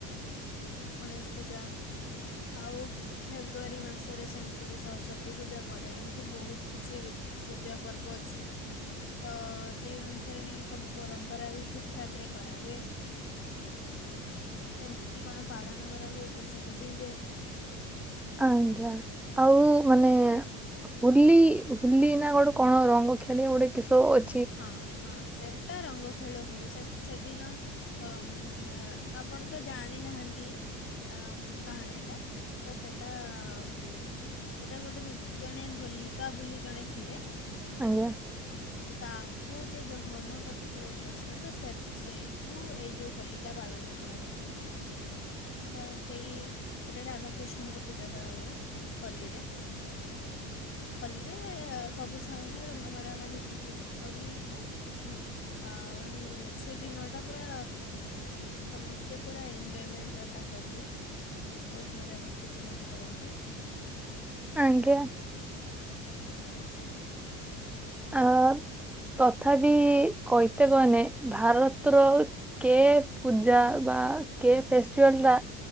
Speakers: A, on the left; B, in the centre.
A: ଗଣେଶ ପୂଜା ଆଉ ଫେବୃଆରୀ ମାସରେ ସେମତି ସରସ୍ଵତୀ ପୂଜା ପଡ଼େ ଏମତି ବୋହୁତ କିଛି ପୂଜା ପର୍ବ ଅଛି। ତ ସେଇ ଅନୁସାରେ ନେଇ ସବୁ ପରମ୍ପରା ବି ଠିକ୍ ଠାକରେ କରାହୁଏ। କେମତି କଣ ପାଳନ କରା ହୁଏ ସେ ସବୁ ବି ହୁଏ।
B: ଆଜ୍ଞା ଆଉ ମାନେ ହୋଲି ହୋଲି ନାଁ ଗୋଟେ କଣ ରଙ୍ଗ ଖେଳିଆ ଗୋଟେ କିସ ଅ
A: ହଁ ହଁ ସେଟା ରଙ୍ଗ ଖେଳ ହୁଏ ସେ ସେଦିନ ଅମ୍ ଅଁ ଆପଣ ତ ଜାଣିନାହାନ୍ତି। ଆମ୍ କାହାଣୀଟା ତ ସେଟାମ୍ ସେଟା ଗୋଟେ ରିଜି ଜଣେ ହୋଲିକା ବୋଲି ଜଣେ ଥିଲେ।
B: ଆଜ୍ଞା।
A: ତ ତାଙ୍କୁ ଯେ ଦହନ କରିଥିଲେ କ୍ରୀଷ୍ଣ ତ ସେ ସେଇଠୁ ଏଇ ଯୋଉ ହୋଲି ଟା ପାଳନ କରାହୁଏ। ତ ସେଇ ସେଟା ରାଧାକୃଷ୍ଣଙ୍କୁ ପୂଜା କରାହୁଏ ହୋଲିରେ। ହୋଲିରେ ସବୁ ଛୁଆମାନେ ରଙ୍ଗ ମରାମାରି ହୁଅନ୍ତି ଆହୁରି ବହୁତ କିଛି ଆ ମାନେ ସେ ଦିନଟା ପୁରା ସମସ୍ତେ ପୁରା ଏଞ୍ଜଏମେଣ୍ଟର କାଟନ୍ତି। ବୋହୁତ ମଜାମସ୍ତି ସେମାନେ କରନ୍ତି।
B: ଆଜ୍ଞା।
A: ହଁ।
B: ଆ ତଥାପି କହିତେ ଗନେ ଭାରତର କେ ପୂଜା ବା କେ ଫେଷ୍ଟିଭାଲଟା